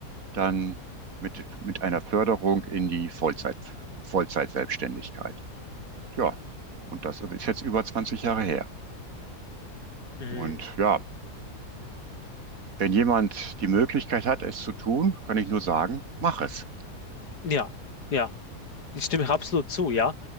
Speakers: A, on the right (about 60°); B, on the left (about 85°).
A: dann mit, mit einer Förderung in die Vollzeit, Vollzeitselbstständigkeit. Ja, und das ist jetzt über 20 Jahre her.
B: Mm,
A: Und ja, wenn jemand die Möglichkeit hat, es zu tun, kann ich nur sagen, mach es.
B: ja, ja. Ich stimme absolut zu, ja.